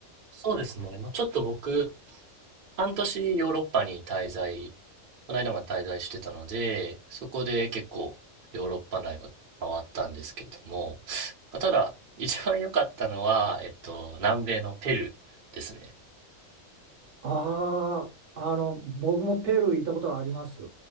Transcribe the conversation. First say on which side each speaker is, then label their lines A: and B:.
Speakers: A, on the right (about 50°); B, on the right (about 65°).
A: そうですね。まあ、ちょっと僕、半年ヨーロッパに滞在、この間まで滞在してたので、そこで結構ヨーロッパ内は回ったんですけれども、まあ、ただ、一番良かったのは、えっと、南米のペルーですね。
B: ああー、あの、僕もペルー行ったことはあります。